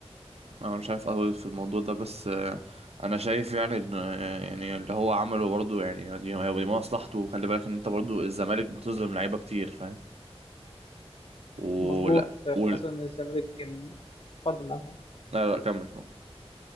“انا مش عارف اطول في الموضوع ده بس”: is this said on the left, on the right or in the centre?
Right